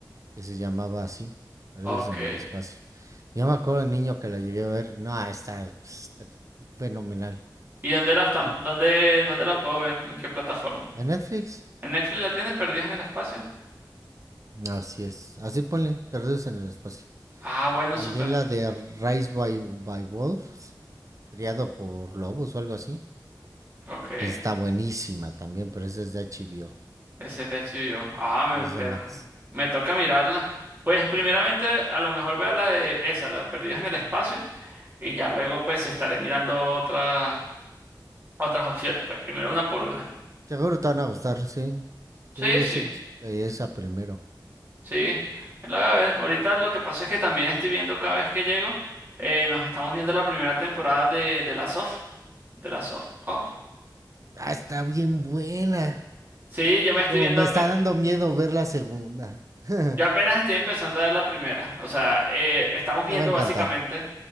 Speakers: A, on the right; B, on the right.
A: que se llamaba así, Perdidos
B: Ok.
A: en el Espacio. Yo me acuerdo de niño que la llegué a ver. No, está, está fenomenal.
B: ¿Y dónde la están?
A: Sí.
B: ¿Dónde, dónde la puedo ver? ¿En qué plataforma?
A: ¿En Netflix?
B: ¿En Netflix la tienen perdida en el espacio?
A: Así es. Así ponle, Perdidos en el espacio.
B: Ah, bueno,
A: También
B: súper.
A: la de Rise by, by Wolves, criado por lobos o algo así.
B: Ok.
A: Está buenísima también, pero esa es de HBO,
B: Ese es de HBO. Ah, me,
A: es
B: per-
A: de Max.
B: me toca mirarla. Pues primeramente a lo mejor vea la de esa, la de Perdidos en el Espacio, y ya luego pues estaré mirando otras otras opciones, pues primero una por una.
A: Seguro te van a gustar, sí.
B: Sí,
A: Sí, échate
B: sí,
A: esa primero.
B: sí. La voy a ver. Ahorita lo que pasa es que también estoy viendo cada vez que llego, eh, nos estamos viendo la primera temporada de, de la Soft. De la Soft. Off.
A: Ah, está bien buena,
B: Sí, yo me
A: pero
B: estoy viendo
A: me está dando miedo ver la segunda. <laughs>
B: Yo apenas estoy empezando a ver la primera. O sea, eh, estamos viendo
A: te va a
B: básicamente.
A: encantar.